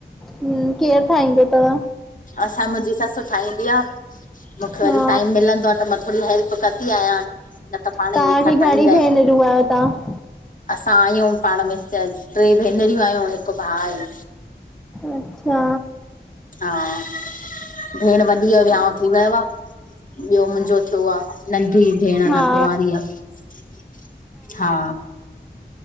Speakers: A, in the centre; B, on the left.
A: हम्म केरु ठाहींदो तव?
B: असां मुंहिंजी ससु ठाहींदी आहे। मूंखे
A: हा
B: वरी टाइम मिलंदो आहे त मां थोरी हेल्प कंदी आहियां। न त पाण
A: तव्हांखे
B: ई वेठा
A: घणी
B: ठाहींदा
A: भेनरूं
B: आहिनि।
A: आहियो तव्हां
B: असां आहियूं पाण में टे भेनरियूं आहियूं हिकु भाउ आहे।
A: अच्छा
B: हा, भेण वॾीअ जी वियाउं थी वियो आहे ॿियो मुंहिंजो थियो आहे। नंढी भेण अनां
A: हा
B: कुंआरी आहे। हा